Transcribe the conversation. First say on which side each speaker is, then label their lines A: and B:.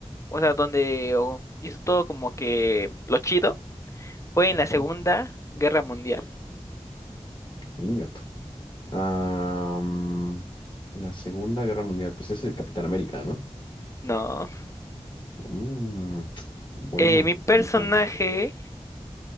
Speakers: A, on the left (about 25°); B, on the left (about 45°).
A: o sea, donde o, hizo todo como que lo chido, fue
B: <laughs> Ajá,
A: en la Segunda Guerra Mundial.
B: ingato. Am, la Segunda Guerra Mundial, pues es el Capitán América, ¿no?
A: No.
B: Mm, buena
A: Eh, mi
B: pregunta.
A: personaje,